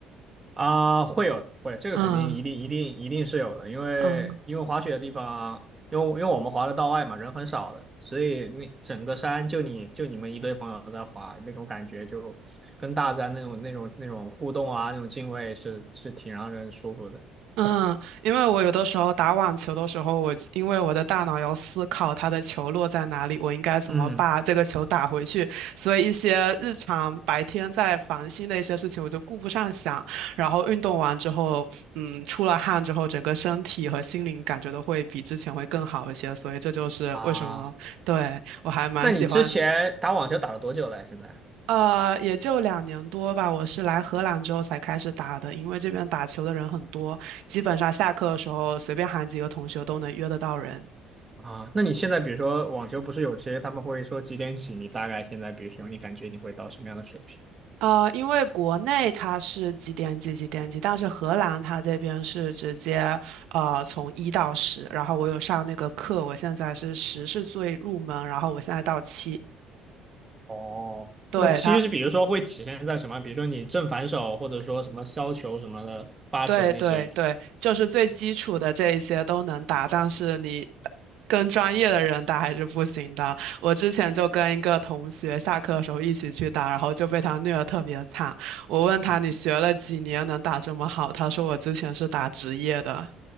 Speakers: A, on the right; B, on the right.
A: 啊，会有的，会，这个肯定一定一定一定是有的，
B: 嗯
A: 因为因为滑雪的地方，
B: 嗯
A: 因为因为我们滑的道外嘛，人很少的，所以那整个山就你就你们一堆朋友在滑，那种感觉就跟大自然那种那种那种互动啊，那种敬畏是是挺让人舒服的。
B: 嗯，因为我有的时候打网球的时候，我因为我的大脑要思考它的球落在哪里，我应该怎么把这个球打回去，
A: 嗯
B: 所以一些日常白天在烦心的一些事情，我就顾不上想。然后运动完之后，嗯，出了汗之后，整个身体和心灵感觉都会比之前会更好一些，所以这就是为什么，
A: 啊，
B: 对，我还蛮喜欢。
A: 那你之前打网球打了多久了？现在
B: 呃，也就两年多吧。我是来荷兰之后才开始打的，因为这边打球的人很多，基本上下课的时候随便喊几个同学都能约得到人。
A: 啊，那你现在比如说网球不是有些他们会说几点起？你大概现在比如说你感觉你会到什么样的水平？
B: 呃，因为国内它是几点几几点几，但是荷兰它这边是直接呃从一到十，然后我有上那个课，我现在是十是最入门，然后我现在到七，
A: 哦，
B: 对它。
A: 那七是比如说会体现在什么？比如说你正反手，或者说什么削球什么的，发球那些。
B: 对对对，就是最基础的这一些都能打，但是你跟专业的人打还是不行的。我之前就跟一个同学下课的时候一起去打，然后就被他虐得特别惨。我问他你学了几年能打这么好？
A: 啊
B: 他说我之前是打职业的。